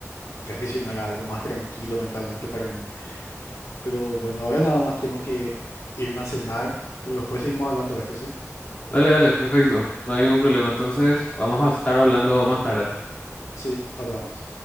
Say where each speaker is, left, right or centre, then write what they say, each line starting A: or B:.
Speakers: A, on the left; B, on the left.
A: transicionar a algo más tranquilo mentalmente para mí. Pero bueno, ahora nada más tengo que irme a cenar, pero después seguimos hablando de esto, ¿sí?
B: Dale, dale, perfecto, no hay ningún problema, entonces vamos a estar hablando más tarde.
A: Sí, hablamos.